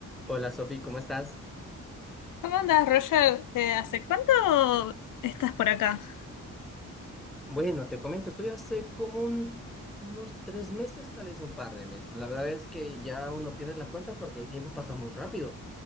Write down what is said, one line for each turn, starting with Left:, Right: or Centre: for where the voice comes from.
Centre: Hola Sofi, ¿cómo estás?
Left: ¿Cómo andas, Roger? Eh, ¿hace cuánto estás por acá?
Centre: Bueno, te comento, estoy hace como un- unos tres meses, tal vez un par de meses. La verdad es que ya uno pierde la cuenta porque el tiempo pasa muy rápido.